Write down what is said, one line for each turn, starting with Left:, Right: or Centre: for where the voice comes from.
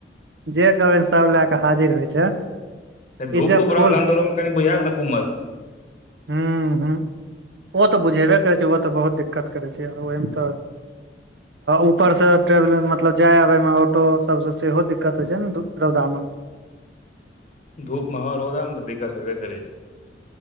Right: जे कहबी सब लए क हाजिर होइ छै
Left: धूप
Right: इज्जत
Left: तू बरा
Right: फुल
Left: लान्दरोमे कनि बुझाएल ने उमस
Right: हूँ हूँ ओ तऽ बुझेबे करै छै ओ तऽ बहुत दिक्कत करैत छै आ ओहिमे तऽ ऊपरसँ ट्रेवल मतलब जाइ आबयमे ऑटो सबसँ सेहो दिक्कत होइ छै ने रौदामे
Left: धूपमे ह रौदा त दिक्कत हेबे करय छै